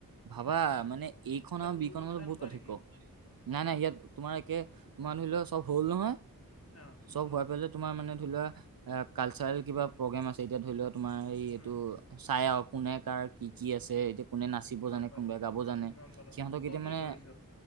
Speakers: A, on the right; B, on the left.
A: ভাবা মানে এইখন আৰু বিখন
B: নো উঠাই
A: মানে বহুত
B: নথয়
A: পাৰ্থক্য
B: নেকি
A: নাই নাই ইয়াত তোমাৰ একে তোমাৰ ধৰি লও চব হ'ল নহয়
B: অঁ
A: চব হোৱাৰ পেলে তোমাৰ মানে এ কালচাৰেল কিবা প্ৰগ্ৰেম আছে এতিয়া ধৰি লোৱা তোমাৰ এই এইটো
B: উম
A: চাইক কোনে কাৰ কি কি আছে কোনে নাচিব
B: গম
A: জানে
B: পালোঁ
A: কোনোবাই গাব জানে
B: গম পালোঁ
A: সিহঁতক
B: তই
A: এতিয়া
B: কি
A: মানে
B: কৰিছ